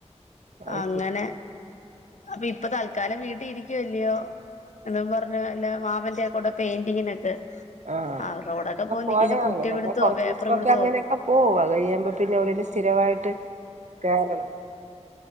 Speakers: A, on the right; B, on the left.
A: അത്
B: അങ്ങനെ
A: ശരി
B: അപ്പൊ ഇപ്പൊ തൽക്കാലം വീട്ടി ഇരിക്കുവല്ലയോ എന്നും പറഞ്ഞ് അല്ല മാമന്റെക്കൂടെ പെയിന്റിങ്ങിനൊക്കെ
A: ആ
B: അവരുടെ കൂടൊക്കെ
A: ഇപ്പൊ
B: പോയി
A: പോയ
B: നിൽക്കുന്നു
A: <unintelligible>
B: പുട്ടി
A: അങ്ങനെയൊക്കെ
B: പിടുത്തോ
A: കൊറച്ചു
B: പേപ്പർ
A: ദിവസമൊക്കെ
B: പിടുത്തോ
A: അങ്ങനെയൊക്കെ പോ അതുകഴിയുമ്പോ പിന്നെ എവിടെലും സ്ഥിരമായിട്ട് കേറണം